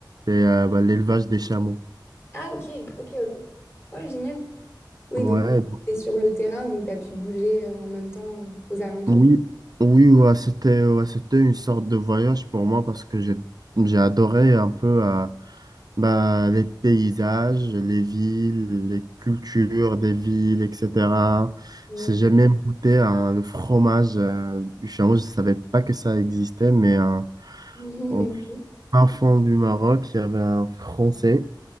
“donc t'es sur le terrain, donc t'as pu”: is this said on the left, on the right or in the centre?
Left